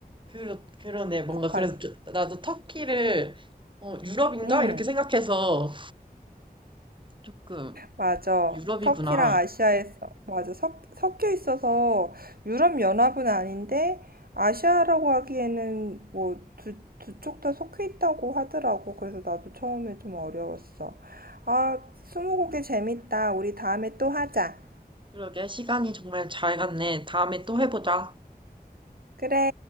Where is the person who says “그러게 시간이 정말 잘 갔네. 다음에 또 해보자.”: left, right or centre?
Right